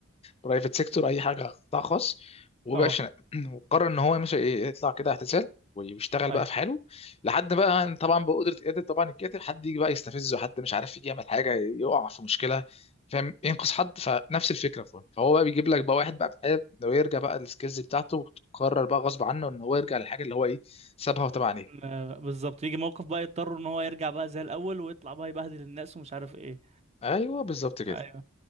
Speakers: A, on the left (about 30°); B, on the right (about 30°).
A: برايفت سيكتور اي حاجه قطاع خاص وباشا
B: اه
A: <clears throat> وقرر ان هو مش يطلع كده اعتزال ويشتغل
B: ايوه
A: بقى في حاله لحد بقى طبعا بقدره قادر طبعا الكاتب حد يجي بقى يستفزه حد مش عارف يجي يعمل حاجه يقع في مشكله فاهم ينقذ حد فنفس الفكره فهو فهو بقى بيجيب لك بقى واحد بقى بحاله لو يرجع بقى السكيلز بتاعته وتقرر بقى غصب عنه ان هو يرجع للحاجه اللي هو ايه سابها وتابع عليها
B: كان- آه، بالظبط يجي موقف بقى يضطر ان هو يرجع بقى زي الاول ويطلع بقى يبهدل الناس ومش عارف ايه
A: ايوه بالظبط كده
B: ايوه